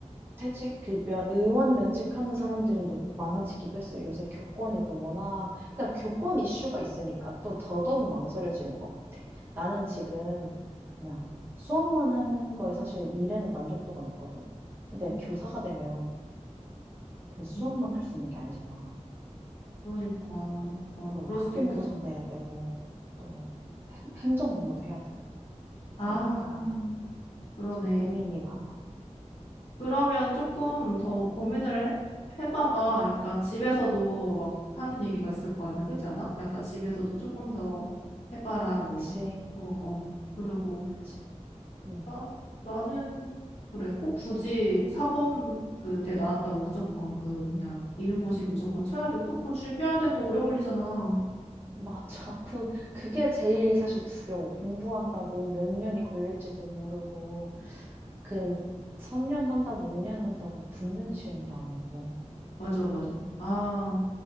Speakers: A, on the right; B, on the left.
A: 퇴직 그 면, 의원 면직하는 사람들이 높, 많아지기도 했어요. 요새 교권이 또 워낙 그러니까 교권 이슈가 있으니까 또 더더욱 망설여지는 것 같아. 나는 지금 그냥 수업만 하는 거에 사실 일에는 만족도가 높거든. 근데
B: 음,
A: 교사가 되면 그 수업만
B: 음,
A: 할 수 있는 게 아니잖아.
B: 그러니까 약간
A: 뭐
B: 그럴
A: 학부모도
B: 수도 있겠다.
A: 상대해야 되고 또 행- 행정 업무도 해야 되고 그러니까
B: 아, 그러네.
A: 참 고민이 많아.
B: 그러면 조금 더 고민을 해, 해봐봐. 약간 집에서도 막 하는 얘기가 있을 거 아니야, 그지 않아? 약간 집에서도 조금 더 해봐라.
A: 그치.
B: 뭐, 어, 어. 그리고
A: 그치. 음.
B: 나, 나는, 그래, 꼭 굳이 사범 그대 나왔다고 무조건 그 뭐냐, 임용고시 무조건 쳐야 되고, 또 그거 준비하는데 또 오래 걸리잖아.
A: 맞아. <laughs> 그, 그게 제일 사실 두려워. 공부한다고 몇 년이 걸릴지도 모르고, 그, 3년 한다고, 5년 한다고 붙는 시험도 아니고.
B: 맞아, 맞아. 아,